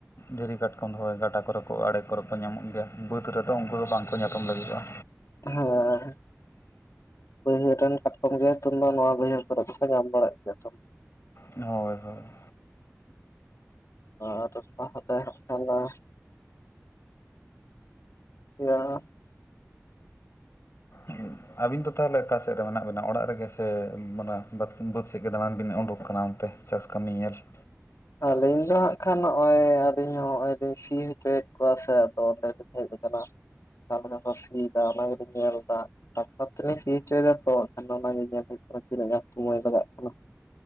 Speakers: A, on the left (about 55°); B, on the left (about 75°).
A: ᱫᱷᱤᱨᱤ ᱠᱟᱴᱠᱚᱢ ᱫᱚ ᱦᱳᱭ ᱜᱟᱰᱟ ᱠᱚ ᱨᱮ ᱠᱚ ᱟᱲᱮ ᱠᱚ ᱨᱮ ᱠᱚ ᱧᱟᱢᱚᱜ ᱜᱮᱭᱟ, ᱵᱟᱹᱫᱽ ᱨᱮ ᱫᱚ ᱩᱱᱠᱩ ᱫᱚ ᱵᱟᱝ ᱠᱚ ᱧᱟᱯᱟᱢ ᱞᱟᱹᱜᱤ ᱫᱚᱜ-ᱟ᱾
B: ᱦᱮᱸᱻ᱾ ᱵᱟᱹᱭᱦᱟᱹᱲ ᱨᱮᱱ ᱠᱟᱴᱠᱚᱢ ᱜᱮ ᱱᱤᱛᱳᱝ ᱫᱚ ᱱᱚᱣᱟ ᱵᱟᱹᱭᱦᱟᱹᱲ ᱠᱚ ᱨᱮᱫ ᱫᱚ ᱠᱚ ᱧᱟᱢ ᱵᱟᱲᱟᱜ ᱜᱮᱭᱟ ᱛᱷᱚ
A: ᱦᱚᱭ ᱦᱚᱭ ᱾
B: ᱟᱨ ᱯᱟ-ᱦᱟᱛᱮ ᱦᱟᱸᱜ ᱠᱷᱟᱱ ᱢᱟ ᱮᱲᱟᱦ ᱾
A: ᱪ-ᱩᱸ-ᱭ ᱟᱵᱤᱱ ᱫᱚ ᱛᱟᱦᱞᱮ ᱚᱠᱟ ᱥᱮᱜ ᱨᱮ ᱢᱮᱱᱟᱜ ᱵᱤᱱᱟ ᱚᱲᱟᱜ ᱨᱮ ᱜᱮ ᱥᱮ ᱢᱟᱱᱮ ᱵᱟᱛ ᱵᱟᱹᱫᱽ ᱥᱮᱜ ᱜᱮ ᱫᱟᱲᱟᱱ ᱵᱤᱱ ᱳᱸᱰᱳᱠ ᱠᱟᱱᱟ ᱚᱱ ᱛᱮᱦ ᱪᱟᱥ ᱠᱟᱹᱢᱤ ᱧᱮᱞ ᱾
B: ᱟᱹᱞᱤᱧ ᱫᱚ ᱦᱟᱸᱜ ᱠᱷᱟᱱ ᱦᱚᱜ-ᱚᱭ ᱟᱞᱤᱧ ᱦᱚᱸᱱᱚᱜ-ᱚᱭ ᱞᱤᱧ ᱥᱤ ᱦᱚᱪᱚᱭᱮᱫ ᱠᱚᱣᱟ ᱥᱮ ᱟᱫᱚ ᱚᱸᱰᱮ ᱞᱤᱧ ᱦᱮᱡ ᱟᱠᱟᱱᱟ ᱾ ᱠᱟᱞᱮᱠᱟ ᱠᱚ ᱥᱤᱭ ᱫᱟ ᱚᱱᱟ ᱜᱮᱞᱤᱧ ᱧᱮᱞᱫᱟ ᱾ ᱴᱟᱠᱴᱚᱨ ᱛᱮ ᱞᱤᱧ ᱥᱤ ᱦᱚᱪᱚᱭ ᱫᱟ ᱛᱚ ᱟᱫᱚ ᱠᱷᱟᱱ ᱫᱚ ᱚᱱᱟ ᱜᱮ ᱞᱮᱧ ᱦᱳᱭᱯᱜ ᱠᱟᱱᱟ ᱛᱤᱱᱟᱹᱜ ᱜᱟᱱ ᱥᱚᱢᱚᱭ ᱞᱟᱜᱟᱜ ᱠᱟᱱᱟ ᱾